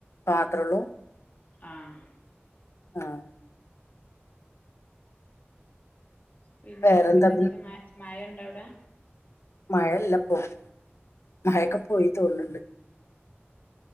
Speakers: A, on the left (about 90°); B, on the left (about 45°).
A: മാത്രൊള്ളൂ?
B: ആഹ്
A: ആഹ്
B: പിന്നെഹ്
A: വേറെന്താ
B: പിന്നെ എന്തൊക്കെ മഴ മഴ എവടേ
A: മഴല്ലപോ മഴൊക്കെ പോയി തോന്നുണ്ട്